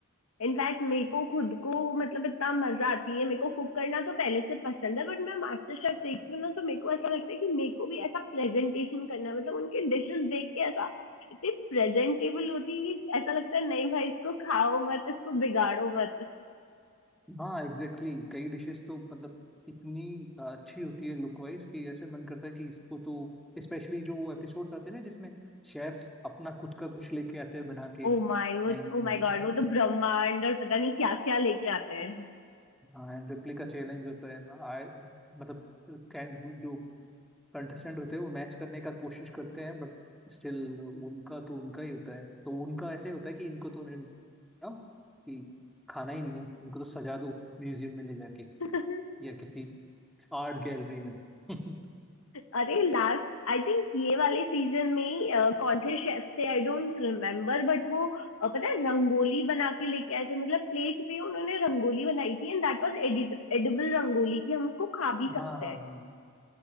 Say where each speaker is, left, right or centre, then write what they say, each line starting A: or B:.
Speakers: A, on the left; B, in the centre.
A: इनफैक्ट मेरे को खुद को मतलब इतना मजा आती है मेरे को कुक करना तो पहले से पसंद है बट मैं मास्टर शेफ देखती हूँ ना तो मेरे को ऐसा लगता है कि मेरे को भी ऐसा प्रेजेंटेशन करना है मतलब उनके डिशेस देख के ऐसा इतनी प्रेजेंटेबल होती है कि ऐसा लगता है नहीं भाई इसको खाओ मत इसको बिगाड़ो मत
B: हाँ एग्जैक्टली exactly. कई डिशेस तो मतलब इतनी आ, अच्छी होती है लुक वाइज कि ऐसे मन करता है कि इसको तो स्पेशली जो वो एपिसोड्स आते हैं ना जिसमें शेफ्स अपना खुद का कुछ लेके आते हैं बना के
A: ओ माय वो
B: एंड
A: ओ माय गॉड वो तो ब्रह्मांड और पता नहीं क्या क्या लेके आते हैं
B: हाँ एंड रेप्लिका चैलेंज होता है I- मतलब can- जो कंटेस्टेंट होते हैं वो मैच करने का कोशिश करते हैं बट स्टिल उनका तो उनका ही होता है तो उनका ऐसे होता है कि इनको तो नहीं ना कि खाना ही नहीं है इनको तो सजा दो म्यूजियम में ले जाके
A: <laughs>
B: या किसी आर्ट गैलरी में <laughs>
A: अरे लास्ट आई थिंक ये वाले सीजन में ही अ, कौन से शेफ थे आई डोंट रिमेम्बर बट वो अ, पता है रंगोली बना के लेके आए थे मतलब प्लेट पे उन्होंने रंगोली बनाई थी and that was edit edible rangoli कि हम उसको खा भी
B: हाँ
A: सकते
B: हाँ हाँ
A: हैं
B: हम्म